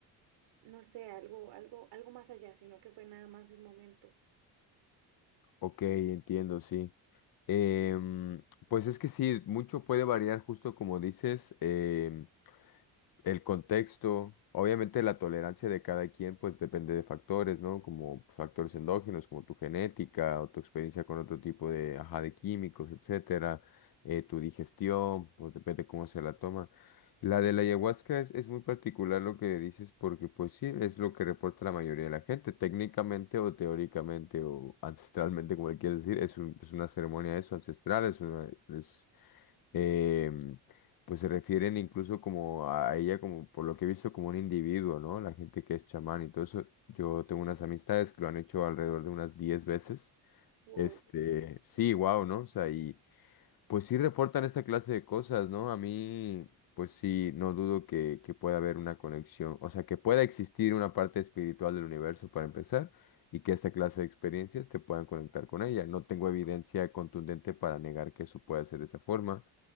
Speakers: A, on the right; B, on the left.
A: no sé, algo, algo, algo más allá, sino que fue nada más el momento.
B: Ok, entiendo, sí. Em, pues es que sí, mucho puede variar, justo como dices. em, el contexto, obviamente la tolerancia de cada quien, pues depende de factores, ¿no? Como factores endógenos, como tu genética o tu experiencia con otro tipo de, ajá, de químicos, etcétera, eh, tu digestión, pues depende cómo se la toma. La de la ayahuasca es, es muy particular lo que dices porque pues sí, es lo que reporta la mayoría de la gente, técnicamente o teóricamente o ancestralmente, como le quieras decir, es un- es una ceremonia eso, ancestral, es una, es em, pues se refieren incluso como a ella, como por lo que he visto, como un individuo, ¿no? La gente que es chamán y todo eso. Yo tengo unas amistades que lo han hecho alrededor de unas 10 veces.
A: Wow.
B: Este, sí, wow, ¿no? O sea, y pues sí reportan esta clase de cosas, ¿no? A mí, pues sí, no dudo que, que pueda haber una conexión, o sea, que pueda existir una parte espiritual del universo para empezar. y que esta clase de experiencias te puedan conectar con ella. No tengo evidencia contundente para negar que eso pueda ser de esa forma,